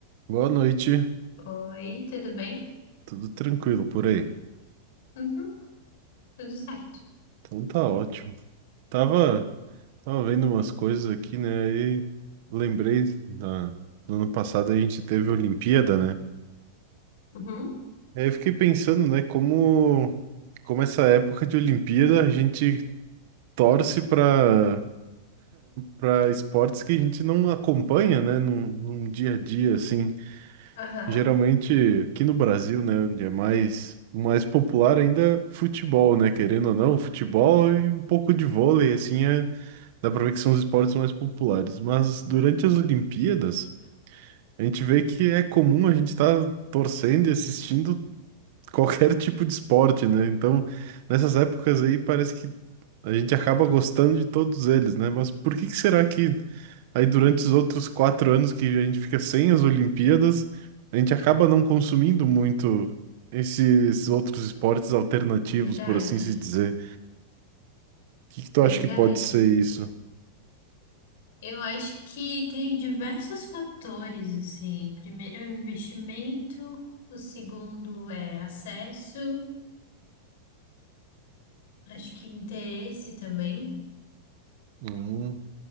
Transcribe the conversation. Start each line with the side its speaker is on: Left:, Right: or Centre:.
Right: Boa noite,
Left: Oi, tudo bem?
Right: tudo tranquilo por aí?
Left: Uhum, tudo certo.
Right: Então tá ótimo. Tava, tava vendo umas coisas aqui, né? E lembrei da, no ano passado a gente teve Olimpíada, né?
Left: Uhum,
Right: Aí eu fiquei pensando, né, como, como essa época de Olimpíada a gente torce para para <laughs> esportes que a gente não acompanha, né, num, num dia a dia assim.
Left: aham,
Right: Geralmente aqui no Brasil, né, onde é mais, mais popular ainda é futebol, né, querendo ou não, futebol e um pouco de vôlei, assim, é, dá pra ver que são os esportes mais populares. Mas durante as Olimpíadas, a gente vê que é comum a gente estar torcendo e assistindo qualquer tipo de esporte, né? Então, nessas épocas aí, parece que a gente acaba gostando de todos eles, né? Mas por que que será que aí durante os outros quatro anos que a gente fica sem as Olimpíadas, a gente acaba não consumindo muito esses outros esportes alternativos,
Left: verdade,
Right: por assim se dizer? O que que tu acha
Left: verdade.
Right: que pode ser isso?
Left: Eu acho que tem diversos fatores, assim. Primeiro é o investimento, o segundo é acesso, acho que interesse também.
Right: Hum,